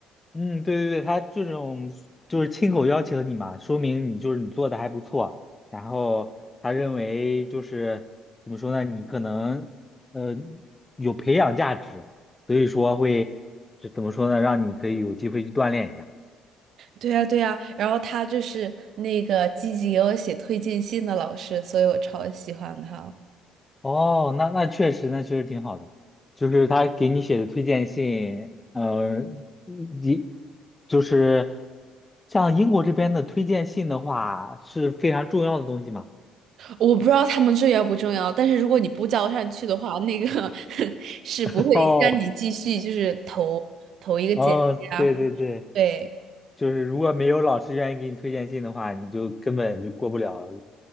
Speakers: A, on the left; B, on the right.
A: 嗯，对对对，他这种就是亲口邀请你嘛，说明你就是你做的还不错。然后他认为就是怎么说呢，你可能呃有培养价值，所以说会就怎么说呢，让你可以有机会去锻炼一下。
B: 对呀，对呀，然后他就是那个积极给我写推荐信的老师，所以我超喜欢他。
A: 哦，那那确实，那确实挺好的。就是他给你写的推荐信，呃，你就是像英国这边的推荐信的话，是非常重要的东西嘛。
B: 我不知道他们重要不重要，但是如果你不交上去的话，那个 <laughs> 是不会让你继续就是投投一个简历啊，
A: <laughs> 哦，对对对，
B: 对，
A: 就是如果没有老师愿意给你推荐信的话，你就根本就过不了